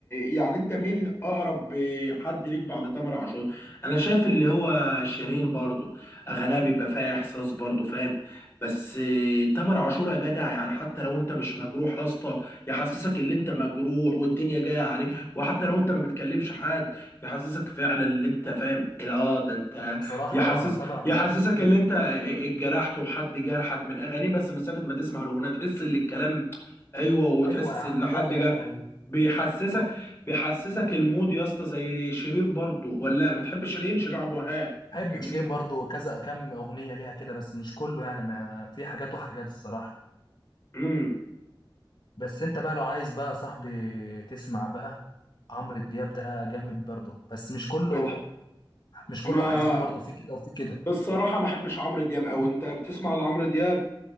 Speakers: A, on the left; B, on the left.
A: يعني انت مين اقرب حد ليك بعد تامر عاشور انا شايف اللي هو شيرين برضو اغانيها بيبقى فيها احساس برضو فاهم بس آه، تامر عاشور يا جدع يعني حتى لو انت مش مجروح يا اسطى يحسسك ان انت مجروح والدنيا جايه عليك وحتى لو انت ما بتكلمش حد يحسسك فعلا ان انت فاهم اه ده انت
B: بصراحه
A: يحسس
B: تامر
A: يحسسك
B: عاشور
A: ان انت اتجرحت وحد جرحك من الاغاني بس مسافه ما تسمع الاغنيه تحس ان الكلام ايوه وتحس
B: ايوه يا عم
A: إن لحد
B: لا لا
A: جر
B: هو
A: بيحسسك بيحسسك المود يا اسطى زي شيرين برضو ولا بتحب شيرين شيرين عبد الوهاب
B: بحب
A: فاهمني
B: شيرين برضو كذا كم اغنيه ليها كده بس مش كله يعني ما في حاجات وحاجات الصراحه
A: امم
B: بس انت بقى لو عايز بقى يا صاحبي تسمع بقى عمرو دياب ده جامد برضو بس مش كله
A: بتح...
B: مش
A: ما
B: كله حزين برضو في كده وفي كده
A: بالصراحه ما احبش عمرو دياب او انت بتسمع لعمرو دياب